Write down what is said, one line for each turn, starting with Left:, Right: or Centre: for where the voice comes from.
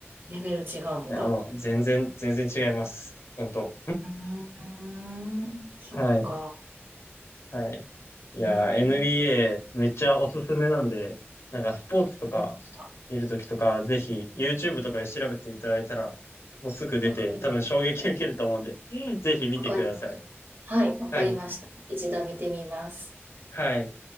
Right: レベル違うんだ。
Left: いや、もう、全然、全然違います。本当。
Right: うーん、そっか。
Left: はい、はい。いやー、
Right: うーん、
Left: NBA めっちゃおすすめなんで、なんかスポーツとか
Right: わかりました。
Left: 見るときとか、ぜひ YouTube とかで調べていただいたら、もうすぐ出て、
Right: わかり、
Left: 多分衝撃受けると思うんで、ぜひ見てください。
Right: わかります。はい、わかりました。
Left: はい。
Right: 一度見てみます。
Left: はい。